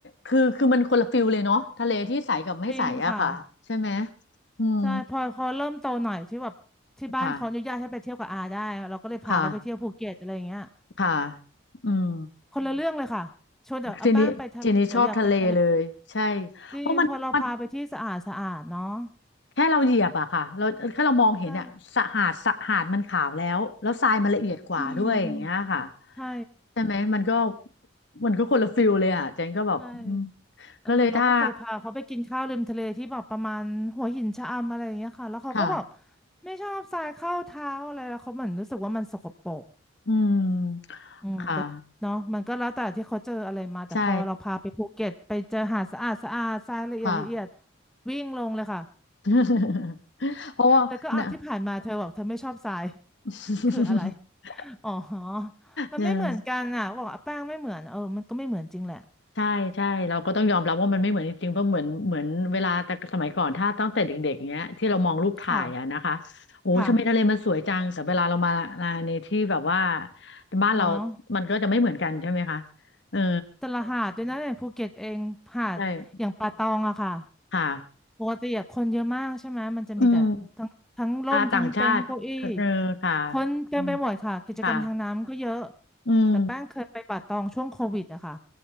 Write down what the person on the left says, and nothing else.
คือคือมันคนละฟิลเลยเนาะทะเลที่ใสกับไม่ใสอะค่ะใช่ไหม
อืม
ค่ะค่ะค่ะอืม
ทีนี้ทีนี้ชอบทะเลเลยใช่
เพราะมันมันแค่เราเหยียบอะค่ะเราแค่เรามองเห็นอะสะหาดสะหาดมันขาวแล้วแล้วทรายมันละเอียดกว่าด้วยอย่างเงี้ยค่ะ
ใช่ไหมมันก็มันก็คนละฟิลเลยอะเจนก็แบบอืม
ก็เลยถ้าค่ะ
อืมค่ะ
ใช่ค่ะ
<laughs> เพราะว่านะ
<laughs>
เออใช่ใช่เราก็ต้องยอมรับว่ามันไม่เหมือนจริงๆเพราะเหมือนเหมือนเวลาแต่สมัยก่อนถ้าตั้งแต่เด็กๆอย่างเงี้ยที่เรามองรูปถ่ายอะนะคะโอ้ทำไมทะเลมันสวยจังแต่เวลาเรามามาในที่แบบว่า
บ้านเรา
มันก็จะไม่เหมือนกันใช่ไหมคะเออ
ใช่ค่ะ
อืมอ่าต่างชาติเออค่ะ
อืมค่ะอืม